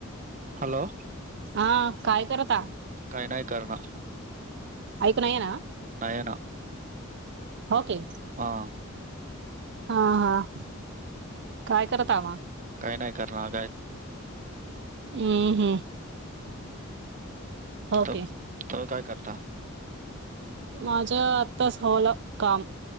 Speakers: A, on the right (about 35°); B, on the right (about 55°).
A: हॅलो
B: हा काय करता
A: काही नाही करणार.
B: ऐक नाही ना
A: नाही ये ना
B: ओके
A: हा
B: हा हा. काय करत आ?
A: काही नाही करणार.
B: हम्म हम्म ओके
A: तर तुम्ही काय करता?
B: माझ्यआत्ताच आवरलं काम